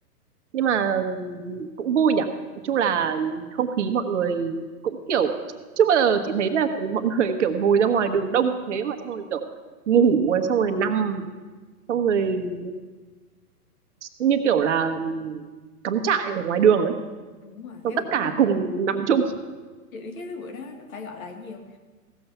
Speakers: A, on the right (about 45°); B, on the left (about 60°).
A: nhưng mà ừm, cũng vui nhỉ nói chung là không khí mọi người cũng kiểu trước bao giờ chị thấy là <laughs> mọi người kiểu ngồi ra ngoài đường đông thế mà xong rồi kiểu ngủ rồi xong rồi nằm xong rồi như kiểu là ừm, cắm trại ở ngoài đường ấy
B: đúng rồi
A: xong
B: cái
A: tất
B: bữa
A: cả
B: đó phải
A: cùng nằm chung
B: Chị biết cái bữa đó nó phải gọi là cái gì không?